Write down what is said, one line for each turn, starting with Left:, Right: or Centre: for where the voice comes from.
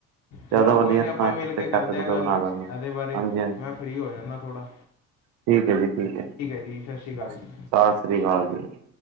Left: ਚਲੋ
Right: ਜ਼ਿਆਦਾ ਵਧੀਆ
Left: ਕੋਈ ਨਹੀਂ
Right: ਕੇ
Left: ਆਪਾਂ ਮਿਲ ਕਰਦੇ
Right: ਤੁ
Left: ਹਾਂ ਗੱਲ
Right: ਬਣਾ ਲੈਣਾਂ
Left: ਇਹਦੇ ਬਾਰੇ
Right: ਹਾਂਜੀ-ਹਾਂਜੀ।
Left: ਮੈਂ ਫ੍ਰੀ ਹੋ ਜਾਂਦਾ ਥੋੜ੍ਹਾ
Right: ਠੀਕ ਹੈ ਜੀ ਠੀਕ ਹੈ
Left: ਜੀ ਸਤਿ ਸ਼੍ਰੀ ਅਕਾਲ
Right: ਸਾਸ
Left: ਜੀ
Right: ਸ੍ਰੀ ਕਾਲ ਜੀ।